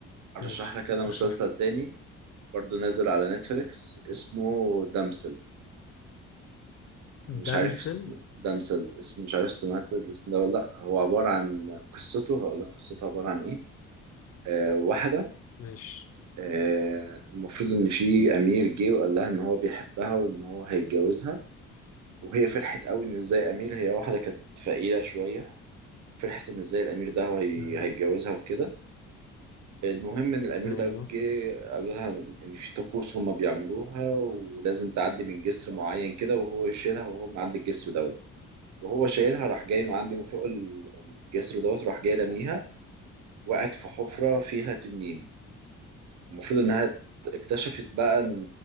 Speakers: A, on the right; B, on the left.
A: ارشح
B: ماشي
A: لك انا مسلسل
B: رشح
A: تاني برضو نازل على نتفليكس اسمه دمسل مش
B: دمسل
A: عارف س- ده مثل اسم مش عارف سمعت الاسم ده ولا لأ هو عبارة عن قصته هقول لك قصته عبارة عن إيه آه واحدة
B: ماشي
A: آه المفروض إن في أمير جه وقال لها إن هو بيحبها وإن هو هيتجوزها وهي فرحت قوي إن إزاي أمير هي واحدة كانت فقيرة شوية فرحت إن إزاي الأمير ده هو هي-
B: ايوه
A: هيتجوزها وكده المهم إن الأمير
B: أيوة.
A: ده جه قالوا لها إن في طقوس هما بيعملوها ولازم تعدي من جسر معين كده وهو يشيلها وهو من عند الجسر ده وهو شايلها راح جاي من عندي من فوق ال- الجسر دوت راح جاي لاميها وقعت في حفرة فيها تنين المفروض انها ت- اكتشفت بقى ان